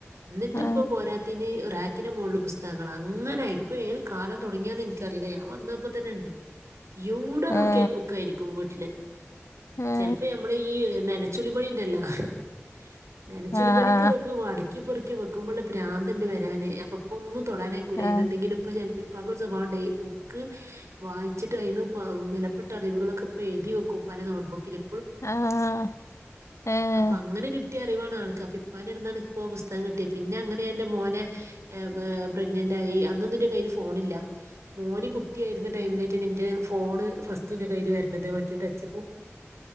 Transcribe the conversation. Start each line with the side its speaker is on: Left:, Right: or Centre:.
Right: ഇന്നിട്ട്
Left: ആ
Right: ഇപ്പ പോരാത്തീന് ക്കിന് മോൾല് പുസ്തകങ്ങളാ അങ്ങനെ ഇപ്പൊ ഏത് കാലം തൊടങ്ങിയാന്ന് ഇനിക്കറീല്ല ഞാൻ വന്നപ്പോ തന്നെ ഇണ്ട് യൂടെ നോക്ക്യാലും
Left: ഏ
Right: ബുക്കായിരിക്കും വീട്ടില്
Left: ഏ
Right: ചെൽപ്പോ നമ്മൾ ഈ നെനെ <unintelligible> നെനച്ചുളി
Left: ആ ആ
Right: പണിക്ക് ഇതൊക്കെ വടക്കി പെറുക്കി വെ ക്കുമ്പോള്ള പ്രാന്ത്‌ ഉണ്ട് വരാന് അപ്പൊപ്പൊന്ന് തൊടാനയ്ക്കൂല്ല
Left: ആ
Right: അയ്നെന്തെങ്കിലും ഇപ്പോ ചെൽപ്പോ പ്പാക്ക് ഒരു സ്വഭാവാണ്ടെ ബുക്ക് വായിച്ചിട്ട് അയിന്ന് പ വെലപ്പെട്ട അറിവുകളൊക്കെ ഇപ്പ എയ്തി വെക്കും ഇപ്പാന്റെ നോട്ട്ബുക്കില്
Left: ആഹ് ഏഹ്
Right: അപ്പ അങ്ങനെ കിട്ട്യേ <unintelligible> അപ്പൊ ഇപ്പാന്റെ അടുന്നാണ് ഇക്കും ആ പുസ്തകം കിട്ട്യേ പിന്നെ അങ്ങനെ ഞാൻ ഇന്റെ മോനെ ഏ മെ പ്രഗ്നെന്റ് ആയി അന്നൊന്നുന്റെ കയ്യില് ഫോണില്ല മോന് കുട്ടിയായിരുന്ന ടൈമിലേട്ട് എന്റെ ഫോണ് ഫസ്റ്റ് ന്റെ കൈല് വെര്ണത് മറ്റേ ടച്ച് ഫോ